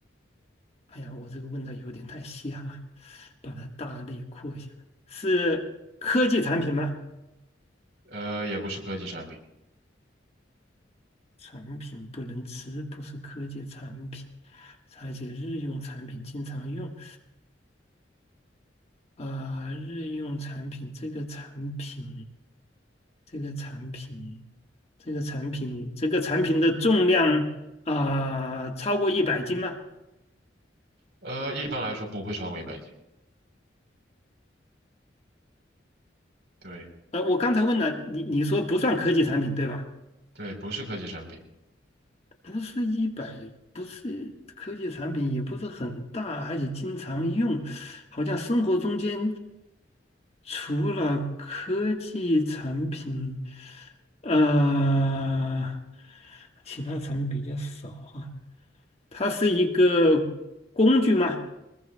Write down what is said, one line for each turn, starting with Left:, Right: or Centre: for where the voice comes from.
Left: 哎呀，我这个问的有点太细哈，把它大类扩一下。是科技产品吗？
Right: 呃，也不是科技产品，
Left: 产品不能吃，不是科技产品，而且日用产品经常用。啊、日用产品这个产品，这个产品，这个产品，这个产品的重量啊、超过一百斤吗？
Right: 呃，一般来说不会超过一百斤。对
Left: 呃，我刚才问了你，你说不算科技产品对吧？
Right: 对，不是科技产品，
Left: 不是一百，不是科技产品，也不是很大，而且经常用，好像生活中间。除了科技产品，呃，其他产品比较少哈。它是一个工具吗？